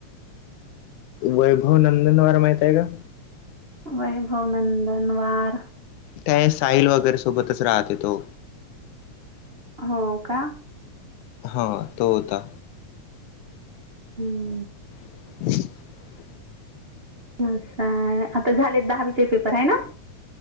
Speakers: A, on the left (about 85°); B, on the right (about 50°).
A: वैभव नंदन वार माहित आहे का?
B: वैभव नंदनवार.
A: त्या साईल वगैरे सोबतच राहते तो.
B: हो का?
A: हा तो होता.
B: हम्म.
A: <unintelligible>
B: असा आहे आता झालेत दहावीचे पेपर हाय ना.